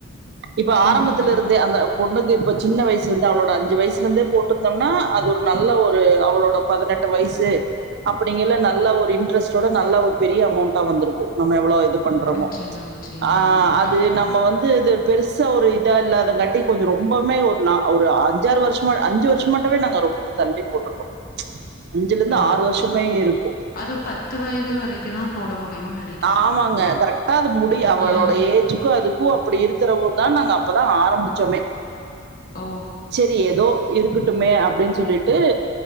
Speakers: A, on the right (about 55°); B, on the left (about 45°).
A: இப்ப
B: ம்,
A: ஆரம்பத்துல
B: ம்.
A: இருந்தே அந்த பொண்ணுக்கு இப்போ சின்ன வயசுலர்ந்து அவளோட அஞ்சு வயசுலர்ந்தே போட்டுருந்தம்னா அது ஒரு நல்ல ஒரு அவளோட பதினெட்டு வயசு அப்டிங்கல நல்ல ஒரு இன்ட்ரெஸ்ட்டோட நல்லா ஒரு பெரிய அமௌண்டா வந்துரு நம்ம எவ்வோ இது பண்றோமோ
B: நிச்சயமா, நிச்சயமா.
A: அ அது
B: ம்.
A: நம்ம வந்து து பெருசா ஒரு இதா இல்லாதங்கட்டி கொஞ்சோ ரொம்பமே ஒர் நா ஒரு அஞ்சாறு வருஷமா அஞ்சு வருஷம் மட்டமே நாங்க ரொம்ப தள்ளி போட்டுட்டோ அஞ்சுலருந்து
B: ஓ!
A: ஆறு வருஷமே இருக்கூ
B: அது பத்து வயது வரைக்குதா போட முடியு நெனக்
A: ஆமாங்க கரெக்டா அது முடி அவளோட
B: ம்.
A: ஏஜுக்கு அதுக்கு அப்பிடி இருக் த்தரவுதா நாங்க அப்பதா ஆரம்பிச்சோமே
B: ஓ!
A: செரி எதோ இருக்கட்டுமே அப்டின் சொல்லிட்டு